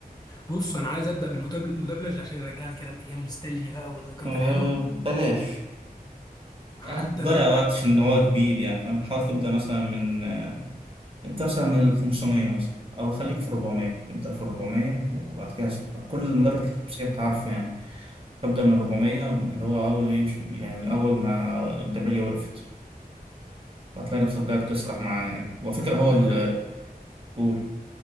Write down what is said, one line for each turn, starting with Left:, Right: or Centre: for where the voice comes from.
Left: بص انا عايز ابدا بالمدبلج عشان يرجعني كده لايام النوستالجيا بقى والذكريات
Right: آه،
Left: الحلوه
Right: بلاش
Left: حتى
Right: هتضيع
Left: لو
Right: وقت عشان هو كبير يعني فاهم حاول تبدأ مثلا من ابدأ مثلا من ال 500 مثلا أو خليك في 400 ابدأ في 400 وبعد كده كل المدرب تمسك عارفه يعني ابدأ من 400 اللي هو أول إيه مش- يعني من أول ما الدبلجة وقفت هتلاقي نفسك بقى بتسرح معاه يعني وفكرة هو
Left: ما
Right: اللي
Left: أنا-
Right: قول